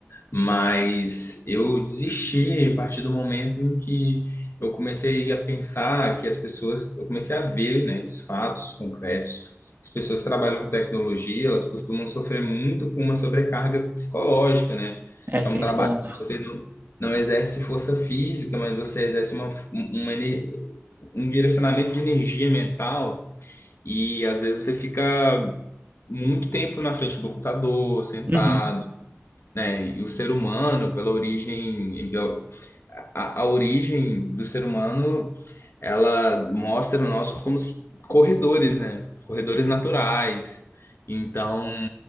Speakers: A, on the left; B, on the right.
A: mas eu desisti a partir do momento em que eu comecei a pensar que as pessoas, eu comecei a ver, né, os fatos concretos. As pessoas que trabalham com tecnologia, elas costumam sofrer muito com uma sobrecarga psicológica, né?
B: É,
A: É
B: tem
A: um trabalho
B: esse ponto.
A: que você não, não exerce força física, mas você exerce uma, um, uma, ener- um direcionamento de energia mental e às vezes você fica muito tempo na frente do computador, sentado,
B: Uhum.
A: né? E o ser humano, pela origem, bio- a, a origem do ser humano, ela mostra nós como corredores, né? Corredores naturais. Então,